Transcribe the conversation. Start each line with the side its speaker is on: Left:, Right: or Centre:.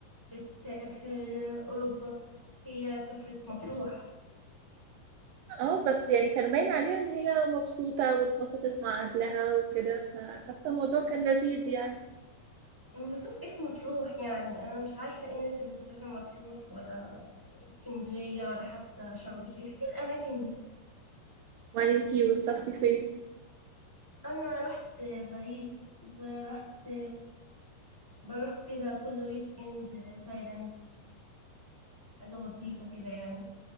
Centre: بتسافر اوروبا هي سافرت مطروح
Right: اه بس يعني كان باين عليها ان هي مبسوطه واتبسطت مع اهلها وكده فحاسه الموضوع كان لذيذ يعني
Centre: انبسطت ايه في مطروح يعني انا مش عارفه ايه الناس اللي بتسافر مطروح ولا اسكندريه ولا حتى شرم الشيخ ايه الاماكن دي
Right: وبعدين انتي بتصفي فين
Centre: انا رحت باريس ورحت بروح كده كل ويك اند تايلاند حاجه بسيطه كده يعني